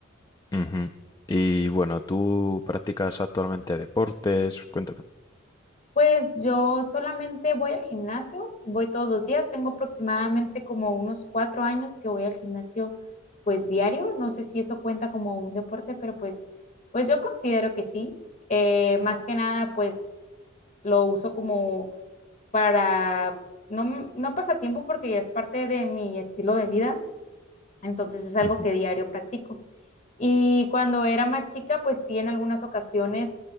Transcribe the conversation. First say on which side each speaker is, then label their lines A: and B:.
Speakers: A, on the left; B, on the left.
A: Ujú. Y bueno, ¿tú practicas actualmente deportes? Cuéntame.
B: Pues yo solamente voy al gimnasio, voy todos los días, tengo aproximadamente como unos cuatro años que voy al gimnasio pues diario, no sé si eso cuenta como un deporte, pero pues, pues yo considero que sí, Eh, más que nada pues lo uso como para, no, no pasatiempo porque ya es parte de mi estilo de vida, entonces es algo
A: Ujú.
B: que diario practico. Y cuando era más chica, pues sí, en algunas ocasiones